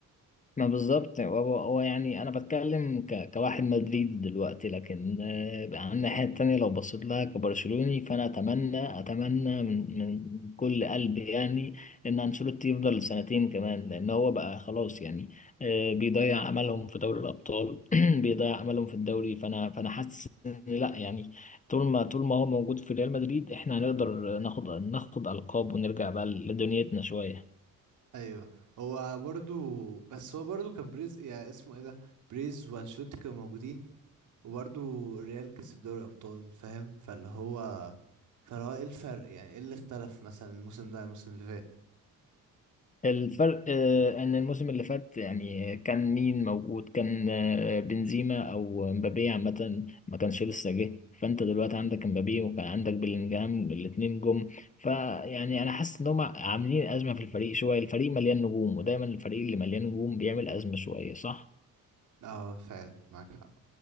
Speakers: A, on the left; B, on the right.
A: ما بالظبط هو هو يعني انا بتكلم ك... كواحد مدريد دلوقتي لكن آه، على الناحيه التانيه لو بصيت لها كبرشلوني فانا اتمنى اتمنى من, من كل قلبي يعني ان انشيلوتي يفضل سنتين كمان لان هو بقى خلاص يعني آه، بيضيع املهم في دوري الابطال <clears throat> بيضيع املهم في الدوري فانا فانا حاسس ان لا يعني طول ما طول ما هو موجود في ريال مدريد احنا هنقدر ناخد ناخد القاب ونرجع بقى لدنيتنا شويه
B: ايوه هو برضه بس هو برضه كان بريز يعني اسمه ايه ده بريز وانشوتي كانوا موجودين وبرضه الريال كسب دوري ابطال فاهم فاللي هو فاللي هو ايه الفرق يعني ايه اللي اختلف مثلا الموسم ده عن الموسم اللي فات
A: الفرق آه، ان الموسم اللي فات يعني كان مين موجود كان آه، بنزيما او مبابي عامه ما كانش لسه جه فانت دلوقتي عندك مبابي وكان عندك بيلينجهام الاتنين جم فيعني انا حاسس ان هم عاملين ازمه في الفريق شويه الفريق مليان نجوم ودايما الفريق اللي مليان نجوم بيعمل ازمه شويه صح
B: اه فعلا معاك حق